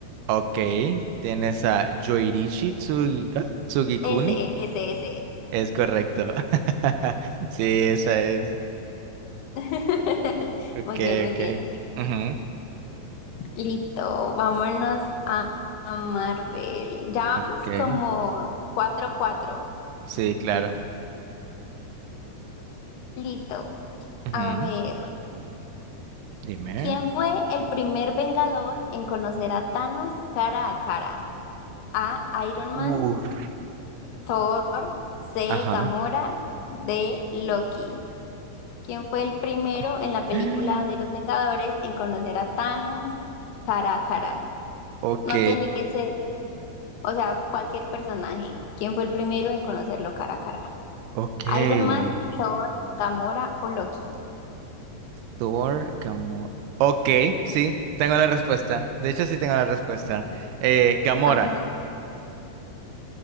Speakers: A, on the right; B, on the left.
A: Ok, tienes a Yoirishi Tsugi- ah, Tsugikuni.
B: Ese, ese, ese.
A: Es correcto. <laughs> Sí, esa es.
B: <laughs>
A: Ok,
B: Muy bien, muy
A: ok.
B: bien.
A: Ujú,
B: Listo, vámonos a, a Marvel. Ya
A: ok.
B: vamos como cuatro cuatro.
A: Sí, claro.
B: Listo.
A: Ujú,
B: A ver,
A: Dime.
B: ¿quién fue el primer Vengador en conocer a Thanos cara a cara? A, Iron Man,
A: Uf.
B: Thor, C,
A: Ajá.
B: Gamora, D, Loki. ¿Quién fue el primero
A: <gasps>
B: en la película de los Vengadores en conocer a Thanos cara a cara?
A: Ok,
B: No tiene que ser. O sea, cualquier personaje. ¿Quién fue el primero en conocerlo cara a cara?
A: ok.
B: ¿Iron Man, Thor, Gamora o Loki?
A: Thor Gamora. Ok, sí, tengo la respuesta. De hecho, sí tengo la respuesta. Eh, Gamora.
B: Ajá.